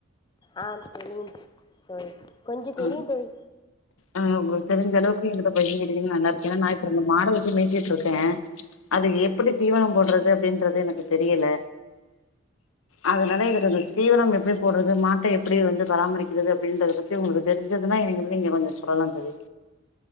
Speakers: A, on the left; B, on the left.
A: ஆ தெரியு தோழி கொஞ்சோ
B: ஆ
A: தெரியு தோழி
B: ஆ உங்களுக்கு தெரிஞ்ச அளவுக்கு எங்கிட்ட பகிர்ந்துகிட்டிங்கனு நல்லா இருக்கு ஏனா நா இப்ப இந்த மாட வச்சு மேய்சிட்டு ருக்கே அதுக்கு எப்படி தீவனம் போடுறது அப்டின்றது எனக்கு தெரியல அதுனால எனக்கு அந்த தீவனம் எப்டி போடுறது மாட்ட எப்டி வந்து பராமரிக்கிறது அப்டின்றத பத்தி உங்களுக்கு தெரிஞ்சதுன்னா எங்களுக்கு நீங்க கொஞ்சோ சொல்லலா தோழி